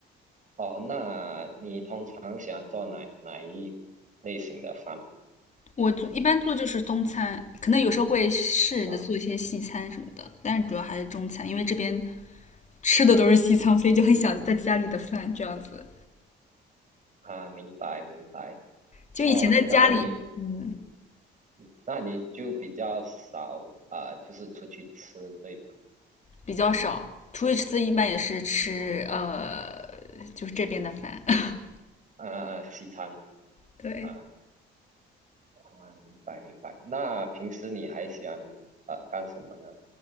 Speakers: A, on the right; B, on the left.
A: 哦，那你通常喜欢做哪哪一类型的饭
B: 我做一般做就是中餐，可能有时候会试着做一些西餐什么的，
A: 啊？
B: 但是主要还是中餐，因为这边吃的都是西餐，所以就很想在家里的饭这样子。
A: 啊，明白明白。
B: 就以前在家里，
A: 哦，那你嗯，
B: 嗯，
A: 那你就比较少啊，就是出去吃，对吧？
B: 比较少，出去吃一般也是吃呃，就是这边的饭。<laughs>
A: 啊啊，西餐
B: 对，
A: 啊啊，明白明白。那平时你还喜欢呃干什么呢？